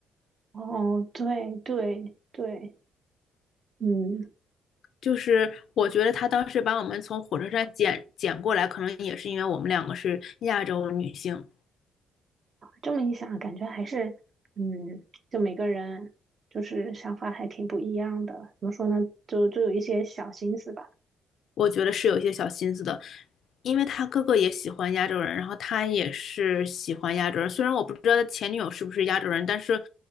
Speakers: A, on the right (about 45°); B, on the left (about 65°).
A: 哦，对对对，嗯，
B: 就是我觉得他当时把我们从火车站捡捡过来，可能也是因为我们两个是亚洲女性，
A: 这么一想，感觉还是嗯，就每个人就是想法还挺不一样的。怎么说呢？就就有一些小心思吧。
B: 我觉得是有一些小心思的，因为他哥哥也喜欢亚洲人，然后他也是喜欢亚洲人。虽然我不知道他前女友是不是亚洲人，但是，